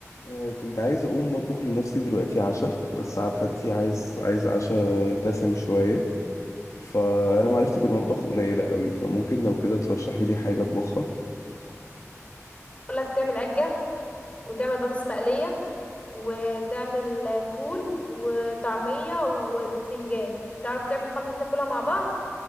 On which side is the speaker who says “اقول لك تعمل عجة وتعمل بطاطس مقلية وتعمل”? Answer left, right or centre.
Left